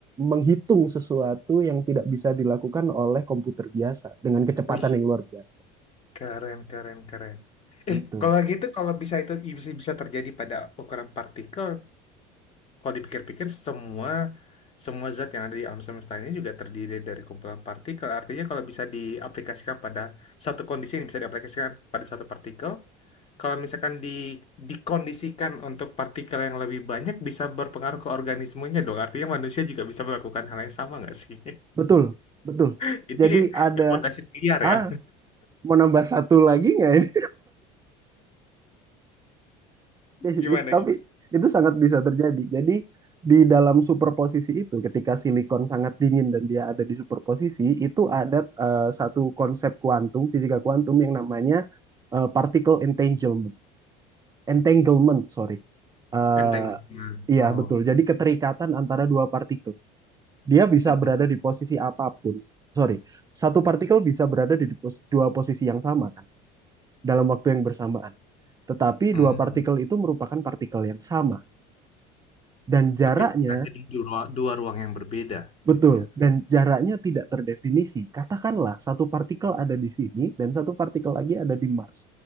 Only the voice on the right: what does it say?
menghitung sesuatu yang tidak bisa dilakukan oleh komputer biasa dengan kecepatan
yang luar biasa.
Gitu.
Betul, betul.
Jadi ada,
ah,
mau nambah satu lagi nggak ini?
<laughs>
Tapi
itu sangat bisa terjadi. Jadi di dalam superposisi itu, ketika silikon sangat dingin dan dia ada di superposisi, itu ada eh, satu konsep kuantum, fisika kuantum yang namanya eh, particle entanglement. entanglement, sorry. Eh,
iya,
betul. Jadi keterikatan antara dua partikel. Dia bisa
berada di posisi apapun. Sorry, satu partikel bisa berada di pos- dua posisi yang sama kan, dalam waktu yang bersamaan. Tetapi
dua partikel itu merupakan partikel yang sama. Dan jaraknya,
betul,
dan jaraknya tidak terdefinisi. Katakanlah satu partikel ada di sini dan satu partikel lagi ada di Mars.